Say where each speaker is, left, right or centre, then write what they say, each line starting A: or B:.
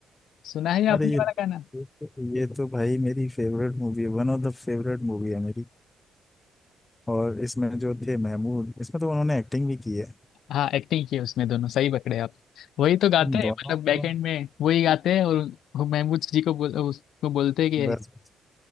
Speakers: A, on the left; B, on the left.
A: सुना है
B: अरे
A: आपने ये
B: ये
A: वाला गाना
B: ये तो भाई मेरी फेवरेट मूवी है One of the favourite movie है मेरी और इसमें जो थे महमूद इसमें तो उन्होंने एक्टिंग भी की है
A: हाँ एक्टिंग की है उसमें दोनों सही पकड़े आप वही तो गाते
B: इन
A: हैं
B: दोनों
A: मतलब बैक
B: को
A: एंड में वही गाते हैं और वो महमूद जी को बोल, उसको बोलते हैं कि
B: बस बस।